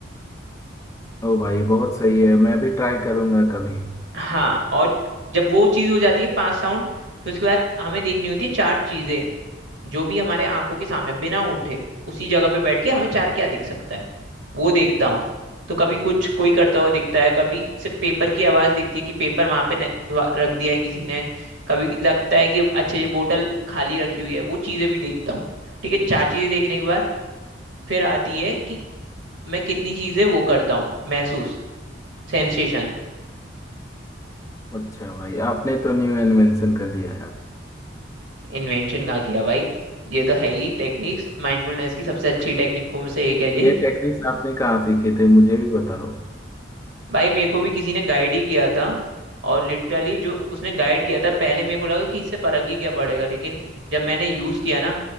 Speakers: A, on the left (about 15°); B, on the right (about 80°).
A: ओ भाई बहुत सही है मैं भी ट्राई करूंगा कभी
B: हाँ और जब वो चीज हो जाती है पांच साउंड फिर उसके बाद हमें देखनी होती है चार चीजें जो भी हमारे आंखों के सामने बिना उठे उसी जगह पे बैठ के हमें चार क्या दिख सकता है वो देखता हूँ तो कभी कुछ कोई करता हुआ दिखता है कभी सिर्फ पेपर की आवाज दिखती है कि पेपर वहां पे न- वा- रख दिया है किसी ने कभी लगता है कि अच्छा ये बोतल खाली रखी हुई है वो चीजें भी देखता हूँ ठीक है चार चीजें देखने के बाद फिर आती है कि मैं कितनी चीजें वो करता हूँ महसूस सेंसेशन
A: अच्छा भाई आपने तो न्यू इन्वेंशन कर दिया यार
B: इन्वेंशन कहा गया भाई ये तो है ही टेक्निक्स माइंडफुलनेस की सबसे अच्छी टेक्निकों में से एक है ये
A: ये टेक्निक्स आपने कहाँ सीखे थे मुझे भी बताओ
B: भाई मेरे को भी किसी ने गाइड ही किया था और लिटरली जो उसने गाइड किया था पहले मेरे को लगा कि इससे फर्क ही क्या पड़ेगा लेकिन जब मैंने यूज किया ना